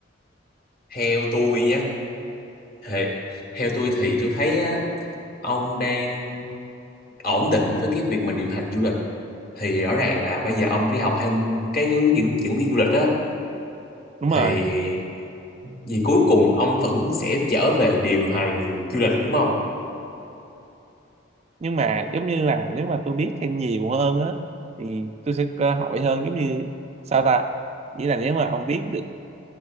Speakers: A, on the left (about 50°); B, on the right (about 35°).
A: Theo tôi nhé, thì theo tôi thì tôi thấy á, ông đang ổn định với cái việc mà điều hành du lịch. Thì rõ ràng là bây giờ ông đi học thêm cái hướng dẫn dẫn viên du lịch á,
B: đúng
A: thì
B: rồi
A: vì cuối cùng ông vẫn sẽ trở về điều hành du lịch đúng không?
B: nhưng mà giống như là nếu mà tôi biết thêm nhiều hơn á thì tôi sẽ có cơ hội hơn giống như sao ta nghĩa là nếu mà ông biết được